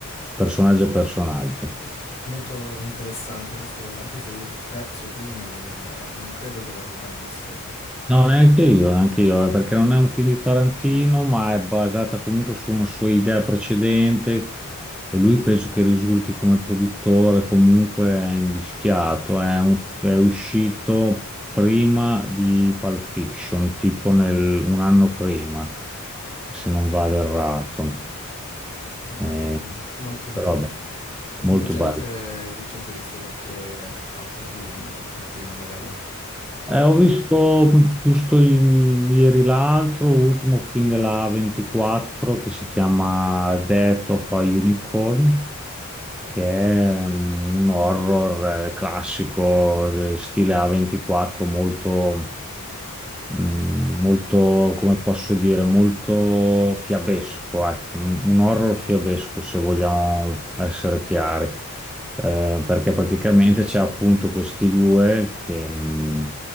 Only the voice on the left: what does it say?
molto interessante questa cosa, anche se io il terzo film non, non credo di averlo mai visto.
Bello,
molto bello.
E
di recente,
di recente hai visto qualche altro film, qualche film magari eh,